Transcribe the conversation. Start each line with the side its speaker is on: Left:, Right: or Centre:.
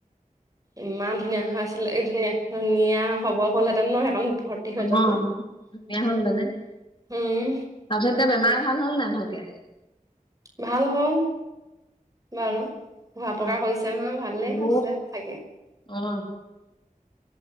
Right: ইমান ধুনীয়া হা আছিলে এ ধুনীয়া ধুনীয়া হবৰ হ'লহেতেন ন সেইকণ। ভৰ্তি হৈ
Left: অ
Right: যোৱা
Left: ধুনীয়াই
Right: হ'লে
Left: হল তেনে তাৰপিছত
Right: উম
Left: এতিয়া বেমাৰ ভাল হল নাই ভালকে
Right: ভাল হ'ল বাৰু
Left: অ
Right: ঘুৱা
Left: অ
Right: পকা কৰিছে নহয় ভালেইচে
Left: অ
Right: চাগে
Left: অ